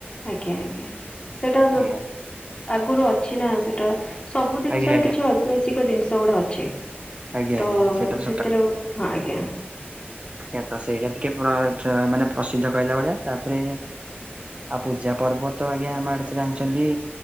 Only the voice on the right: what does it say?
ଆଜ୍ଞା
ଆଜ୍ଞା ଆଜ୍ଞା
ଆଜ୍ଞା
ଆଜ୍ଞା ସେଇଟା ତ
ଏ ତ ସେଇଟା ଟିକେ ମାନେ ପ୍ରସିଦ୍ଧ କହିଲା ଭଳିଆ ତାପରେ ଆଉ ପୂଜା ପର୍ବ ତ ଆଜ୍ଞା ଆମ ଆଡେ ତ ଜାଣିଛନ୍ତି